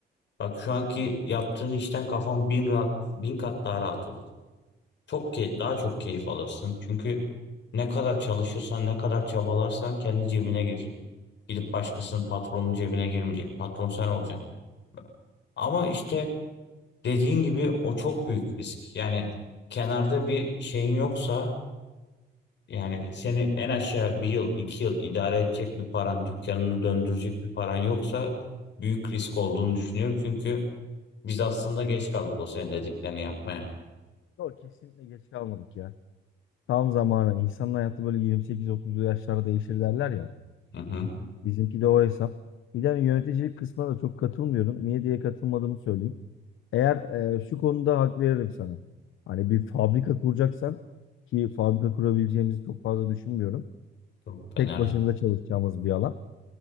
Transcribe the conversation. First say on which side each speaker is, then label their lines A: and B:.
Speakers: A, on the left (about 65°); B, on the left (about 80°).
A: Bak şu anki yaptığın işten kafan bin rahat, bin kat daha rahat olur. Çok key- daha çok keyif alırsın. Çünkü ne kadar çalışırsan, ne kadar çabalarsan kendi cebine girecek. Gidip başkasının patronun cebine girmeyecek. Patron sen olacaksın. Ama işte dediğin gibi o çok büyük risk. Yani kenarda bir şeyin yoksa yani seni en aşağı bir yıl, iki yıl idare edecek bir paran, dükkanını döndürecek bir paran yoksa büyük risk olduğunu düşünüyorum. Çünkü Biz aslında geç kaldık o senin dediklerini yapmaya.
B: Yok kesinlikle geç kalmadık ya. Tam zamanı. İnsanın hayatı böyle 28-30'lu yaşlarda değişir derler ya.
A: Hı hı.
B: Bizimki de o hesap. Bir de hani yöneticilik kısmına da çok katılmıyorum. Niye diye katılmadığımı söyleyeyim. Eğer e, şu konuda hak veririm sana. Hani bir fabrika kuracaksan ki fabrika kurabileceğimizi çok fazla düşünmüyorum.
A: Yok be
B: Tek
A: nerede?
B: başımıza çalışacağımız bir alan.